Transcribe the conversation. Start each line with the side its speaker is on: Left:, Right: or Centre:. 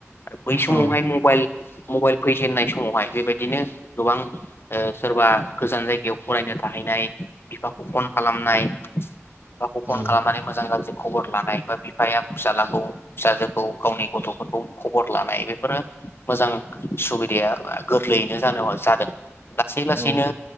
Left: आरो बै समावहाय
Right: औ
Left: मबाइल मबाइल फैजेननाय समावहाय बेबायदिनो गोबां ओ सोरबा गोजान जायगायाव फरायनो थाहैनाय बिफाखौ फन खालामनाय बिफाखौ फन
Right: औ ओं
Left: खालामनानै मोजां गाज्रि खबर लानाय बा बिफाया फिसाखौ फिसाजोखौ गावनि गथफोरखौ खबर लानाय बेफोरो मोजां सुबिदाया गोरलैयैनो जानो जादों। लासै लासैनो
Right: औ ओं